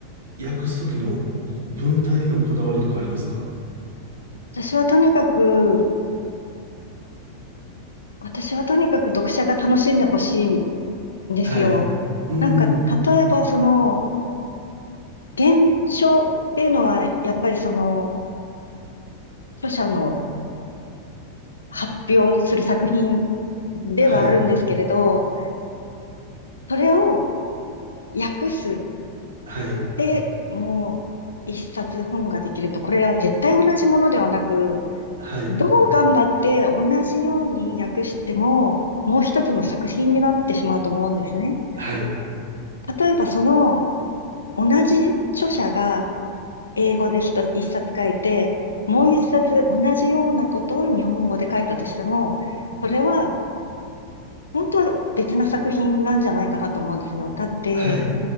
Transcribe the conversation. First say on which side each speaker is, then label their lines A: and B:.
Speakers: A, on the right; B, on the left.
A: う、訳すときのこ文体へのこだわりとかありますか
B: 私はとにかく、私はとにかく読者が楽しんでほしいんですよ。
A: はい。うーん。
B: なんか、例えばその、原書っていうのは、やっぱりその、著者の発表する作品ではあるんですけれど、
A: はい。
B: それを訳す。
A: はい。
B: で、もう一冊本ができると、これは絶対同じものではなく、
A: はい。
B: どう頑張って同じように訳しても、もう一つの作品になってしまうと思うんですね。
A: はい。
B: 例えばその同じ著者が英語で一つ一冊書いて、もう一冊同じようなことを日本語で書いたとしても、それは本当は別な作品なんじゃないかなと思うんですよ。だって、
A: はい。